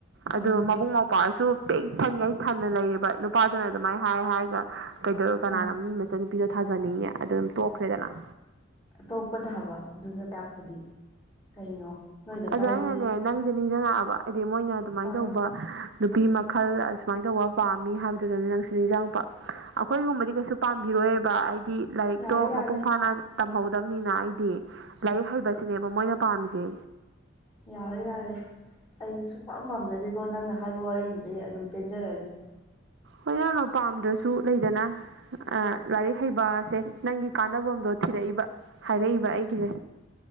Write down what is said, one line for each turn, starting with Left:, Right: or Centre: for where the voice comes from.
Left: ꯎꯝ
Right: ꯑꯗꯣ ꯃꯕꯨꯡ ꯃꯧꯄ꯭ꯋꯥꯁꯨ ꯄꯤꯛ ꯊꯟꯉꯩ ꯊꯟꯅ ꯂꯩꯔꯤꯕ ꯅꯨꯄꯥꯗꯨꯅ ꯑꯗꯨꯃꯥꯏ ꯍꯥꯏ ꯍꯥꯏꯔꯒ ꯀꯩꯗꯧꯔ ꯀꯅꯥꯅ
Left: ꯎꯝ
Right: ꯃꯤ ꯃꯆꯥꯟ ꯄꯤꯗꯣ ꯊꯥꯖꯅꯤꯡꯉꯤ ꯑꯗꯨ ꯑꯗꯨꯝ ꯇꯣꯛꯈ꯭ꯔꯦꯗꯅ
Left: ꯇꯣꯛꯄ ꯇꯥꯕ ꯑꯗꯨꯅ ꯇꯥꯛꯄꯗꯤ ꯀꯩꯅꯣ ꯅꯣꯏ ꯂꯩꯀꯥꯏꯒꯤ
Right: ꯑꯗꯣ ꯑꯩꯅꯅꯦ ꯅꯪꯖꯦ ꯅꯤꯡꯁꯤꯡꯉꯛꯑꯕ ꯍꯥꯏꯗꯤ ꯃꯣꯏꯅ ꯑꯗꯨꯃꯥꯏꯅ
Left: ꯑꯥ
Right: ꯇꯧꯕ ꯅꯨꯄꯤ ꯃꯈꯜ ꯑꯁꯨꯃꯥꯏꯅ ꯇꯧꯕ ꯄꯥꯝꯃꯤ ꯍꯥꯏꯕꯗꯨꯗꯅꯦ ꯅꯪꯁꯤ ꯅꯤꯡꯖꯤꯡꯉꯛꯄ ꯑꯈꯣꯏꯒꯨꯝꯕꯗꯤ ꯀꯩꯁꯨ ꯄꯥꯝꯕꯤꯔꯣꯏꯕ ꯍꯥꯏꯗꯤ ꯂꯥꯏꯔꯤꯛꯇꯣ
Left: ꯌꯥꯔꯦ ꯌꯥꯔꯦ
Right: ꯃꯄꯨꯡ ꯐꯥꯅ ꯇꯝꯍꯧꯗꯕꯅꯤꯅ ꯑꯩꯗꯤ ꯂꯥꯏꯔꯤꯛ ꯍꯩꯕꯁꯤꯅꯦꯕ ꯃꯣꯏꯅ ꯄꯥꯝꯃꯤꯖꯦ
Left: ꯌꯥꯔꯦ ꯌꯥꯔꯦ ꯑꯩ ꯁꯨꯛꯄꯝ ꯄꯥꯝꯖꯗꯦꯀꯣ ꯅꯪꯅ ꯍꯥꯏꯕ ꯋꯥꯔꯤꯗꯨꯗꯩ ꯑꯗꯨꯝ ꯄꯦꯟꯖꯔꯒꯦ
Right: ꯍꯣꯏ ꯅꯪꯅ ꯄꯥꯝꯗ꯭ꯔꯁꯨ ꯂꯩꯗꯅ ꯑ ꯂꯥꯏꯔꯤꯛ ꯍꯩꯕ ꯑꯁꯦ ꯅꯪꯒꯤ ꯀꯥꯟꯅꯕꯝꯗꯣ ꯊꯤꯔꯛꯏꯕ ꯍꯥꯏꯔꯛꯏꯕ ꯑꯩꯒꯤꯁꯦ